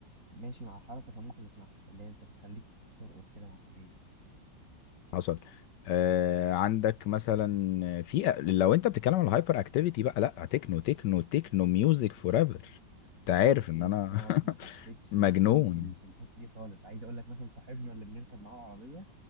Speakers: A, on the right (about 45°); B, on the left (about 75°).
A: ماشي مع الحركه فممكن اسمعها اللي هي انت بتخليك ترقص كده مع الاغنيه
B: حصل آه عندك مثلا في لو انت بتتكلم على الهايبر اكتيفيتي بقى لا تكنو تكنو تكنو ميوزك فور ايفر انت عارف
A: يا
B: ان انا
A: اسطى ما حسيتش
B: <laughs> مجنون
A: نفسي في ال- في الحته دي خالص عايز اقول لك مثلا صاحبنا اللي بنركب معاه العربيه